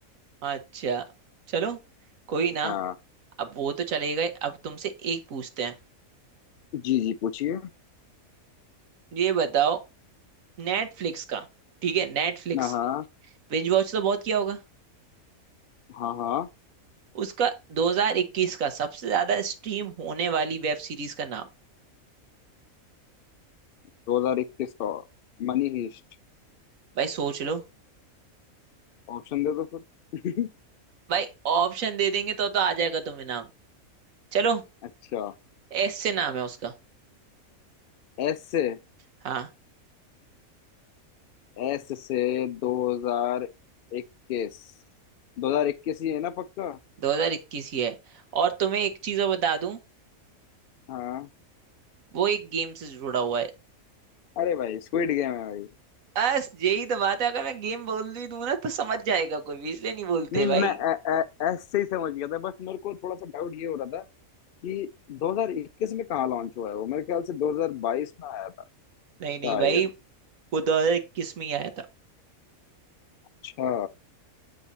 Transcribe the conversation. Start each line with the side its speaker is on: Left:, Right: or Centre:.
Right: अच्छा चलो कोई ना
Left: हाँ
Right: अब वो तो चले गए अब तुमसे एक पूछते हैं
Left: जी जी पूछिए
Right: ये बताओ नेटफ्लिक्स का ठीक है नेटफ्लिक्स
Left: हाँ हाँ
Right: बिंज वॉच तो बहुत किया होगा
Left: हाँ हाँ
Right: उसका 2021 का सबसे ज्यादा स्ट्रीम होने वाली वेब सीरीज का नाम
Left: दो हजार इक्कीस का मनी हीस्ट
Right: भाई सोच लो
Left: ऑप्शन दे दो फिर
Right: भाई ऑप्शन दे देंगे तो तो आ जाएगा तुम्हें नाम चलो
Left: <laughs> अच्छा
Right: एस से नाम है उसका
Left: एस से
Right: हाँ
Left: एस से दो हजार इक्कीस दो हजार इक्कीस ही है ना पक्का
Right: 2021 ही है और तुम्हें एक चीज और बता दूं
Left: हाँ
Right: वो एक गेम से जुड़ा हुआ है
Left: अरे भाई स्क्विड गेम है भाई
Right: बस यही तो बात है अगर मैं गेम बोल दी दूं ना तो समझ जाएगा कोई भी इसलिए नहीं बोलते
Left: नहीं
Right: भाई
Left: मैं ए, ए, एस से ही समझ गया था बस मेरे को थोड़ा सा डाउट ये हो रहा कि 2021 में कहाँ लॉन्च हुआ है वो मेरे ख्याल से 2022 में आया था
Right: नहीं नहीं
Left: शायद
Right: भाई वो 2021 में ही आया था
Left: अच्छा